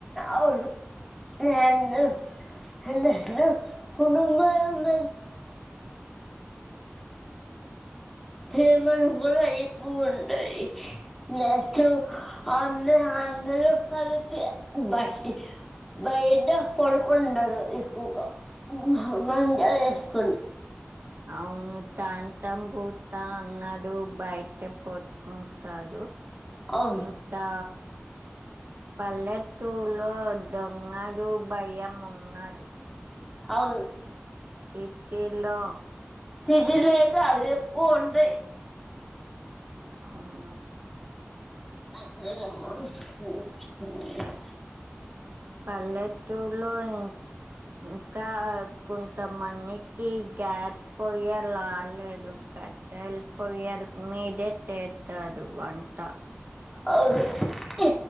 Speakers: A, in the centre; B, on the right.
A: అవును నను న్న కును మరమ ఫే మన కూడాయికు ఉడాయి మచ అన్న అందర కాలకి భస్టి భయడ్ పొడుకుంండదు ఇకుగా మజసుకుని
B: అవును తాంతం పూతా అన్నడు బయట పట్టుకుంటాడు
A: అవును
B: ఇంకా పల్లెతుూలో దొంగదు భయయం ఉన్నదు
A: అవును
B: ట్లో
A: ఫిజిలది అది ఎ పోంట
B: ఆవు
A: అ
B: పల్లెటూర్లో ఇ ఇంకా కొంత మందికి గ్యాప్ పోయే లాాల లేదు కట్టలు పొయ్యాల మీదే తెస్తదు వంట
A: అవుఔ